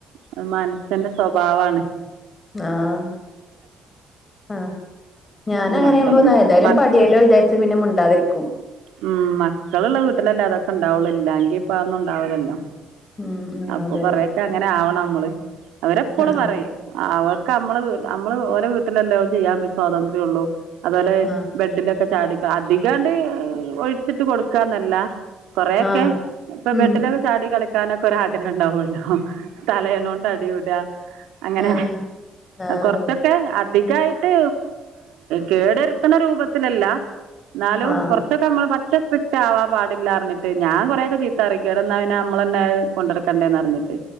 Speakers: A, on the right; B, on the left.
A: അത് മനുഷ്യന്റെ സ്വഭാവാണ്
B: ആഹ ആ ഞാന അങ്ങനെയുമ്പോ
A: മക്കള്
B: എന്തായാലും
A: മ
B: പ ല്ല വിചാരിച്ച പിന്നെ മിണ്ടാതിരിക്കും
A: ഉം മക്കളുള്ള വീട്ടിലല്ലേ അതൊക്കെ ഉണ്ടാവുള്ളൂ ഇല്ല എങ്കി ഇപ്പ അന്നുംണ്ടാവലല്ലോ
B: ഉം ആഹ്
A: അപ്പൊ
B: അതെ
A: കൊറയൊക്കെ
B: അതെ
A: അങ്ങനെ ആവണം നമ്മള് അവരെപ്പോളും
B: ആഹ്
A: പറയും
B: അതെ
A: അവർക്ക് നമ്മള നമ്മള് ഓരോ വീട്ടിലെല്ല ചെയ്യാൻ പറ്റ സ്വാതന്ത്ര്യം ഉള്ളൂ അതുപോലെ
B: ആഹ്
A: ബെഡിലൊക്കെ ചാടിക്ക അധികാണ്ട് ഒഴിച്ചിട്ട് കൊടുക്കാന്നല്ല കുറെക്കെ
B: ആഹ്
A: ഇപ്പൊ
B: ഉം
A: ബെഡിലൊക്കെ ചാടി കളിക്കാനൊക്കെ ഒ ആഗ്രഹം ഉണ്ടാവുമല്ലോ തലയണോണ്ട് അടികൂടുക അങ്ങനെ
B: ആഹ് ആഹ്
A: കുറച്ചൊക്കെ
B: അതെ അതെ
A: അധികമായിട്ട് കേടുരുത്തണ രൂപത്തിലല്ല എന്നാലും
B: ആഹ്
A: കുറ നമ്മൾ പെ സ്ട്രിക് ആവാൻ പാടില്ല പറഞ്ഞട്ട് ഞാൻ കൊറെക്ക ചീത്തറക്ക അവിടൊ നമ്മൾന്നെ കൊണ്ടക്ക കണ്ടന്ന് അറിഞ്ഞിട്ട്